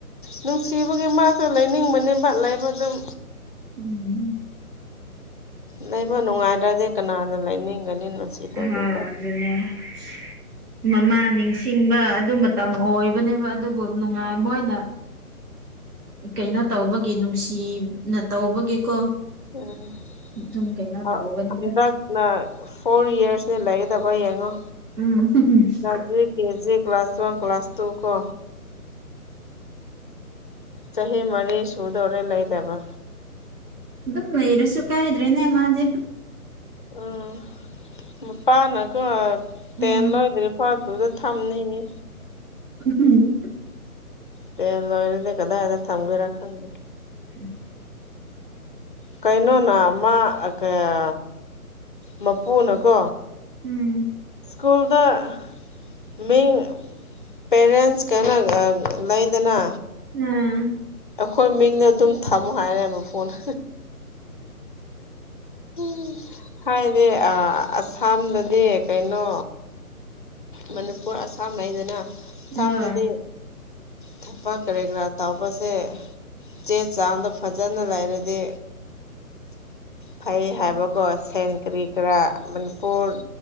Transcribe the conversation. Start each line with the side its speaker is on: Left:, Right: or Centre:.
Left: ꯅꯨꯡꯁꯤꯕꯒꯤ ꯃꯥꯁꯨ ꯂꯩꯅꯤꯡꯕꯅꯦꯕ ꯂꯩꯕ ꯑꯗꯨꯝ꯫
Right: ꯎꯝ꯫
Left: ꯂꯩꯕ ꯅꯨꯡꯉꯥꯏꯗ꯭ꯔꯗꯤ ꯀꯅꯥꯅ ꯂꯩꯅꯤꯡꯒꯅꯤ ꯅꯨꯡꯁꯤꯗ꯭ꯔꯗꯤꯀꯣ꯫
Right: ꯍ ꯑꯗꯨꯅꯦ꯫ <unintelligible> ꯃꯃꯥ ꯅꯤꯡꯁꯤꯡꯕ ꯑꯗꯨ ꯃꯇꯝ ꯑꯣꯢꯕꯅꯦꯕ ꯑꯗꯨꯕꯨ ꯅꯨꯡꯉꯥꯢ ꯃꯣꯢꯅ ꯀꯩꯅꯣ
Left: ꯎꯝ
Right: ꯇꯧꯕꯒꯤ ꯅꯨꯡꯁꯤꯅ ꯇꯧꯕꯒꯤꯀꯣ
Left: <inaudible>
Right: ꯑꯗꯨꯝ ꯀꯩꯅꯣ
Left: ꯑꯥ
Right: ꯇꯧꯕꯅꯤꯗ
Left: ꯍꯟꯗꯛꯅ ꯐꯣꯔ ꯏꯌꯥꯔꯁꯅꯦ ꯂꯩꯒꯗꯕ ꯌꯦꯡꯉꯣ
Right: <unintelligible>
Left: ꯅꯖꯔꯤ ꯀꯦꯖꯤ ꯀ꯭ꯂꯥꯁ ꯇꯨꯋꯦꯜꯐ ꯀ꯭ꯂꯥꯁ ꯇꯨ ꯀꯣ ꯆꯍꯤ ꯃꯔꯤ ꯁꯨꯗꯧꯔꯦ ꯂꯩꯗꯕ
Right: ꯑꯗꯨꯝ ꯂꯩꯔꯁꯨ ꯀꯥꯢꯗ꯭ꯔꯦ ꯅꯦ ꯃꯥꯗꯤ
Left: ꯎꯝ ꯃꯄꯥꯥꯅꯀꯣ ꯇꯦꯟ
Right: ꯎꯝ
Left: ꯂꯣꯢꯗ꯭ꯔꯤ ꯐꯥꯎ ꯑꯗꯨꯗ ꯊꯝꯅꯤꯌꯦ
Right: <unintelligible>
Left: ꯇꯦꯜ ꯂꯣꯢꯔꯗꯤ ꯀꯗꯥꯢꯗ ꯊꯝꯒꯦꯔ ꯈꯪꯗꯦ
Right: <inaudible>
Left: ꯀꯩꯅꯣꯅ ꯃꯥ ꯑꯀꯥꯌꯥ ꯃꯄꯨꯅꯀꯣ
Right: ꯎꯝ
Left: ꯁ꯭ꯀꯨꯜꯗ ꯃꯤꯡ ꯄꯦꯔꯦꯟꯁ ꯀꯩꯅ ꯑꯥ ꯂꯩꯗꯅ
Right: ꯎꯝ
Left: ꯑꯩꯈꯣꯢ ꯃꯤꯡꯗ ꯑꯗꯨꯝ ꯊꯝꯃꯣ ꯍꯥꯢꯔꯦ ꯃꯄꯨꯅ ꯎꯝ ꯍꯥꯢꯗꯤ ꯑꯥ ꯑꯁꯥꯝꯗꯗꯤ ꯀꯩꯅꯣ ꯃꯅꯤꯄꯨꯔ ꯑꯁꯥꯝ ꯂꯩꯗꯅ ꯁꯥꯝꯗꯗꯤ
Right: ꯍꯣꯏ
Left: ꯊꯕꯛ ꯀꯔꯤ ꯀꯔꯥ ꯇꯧꯕꯁꯦ ꯆꯦ ꯆꯥꯡꯗꯣ ꯐꯖꯅ ꯂꯩꯔꯗꯤ ꯐꯩ ꯍꯥꯢꯕꯀꯣ ꯁꯦꯟ ꯀꯔꯤ ꯀꯔꯥ ꯃꯅꯤꯄꯨꯔ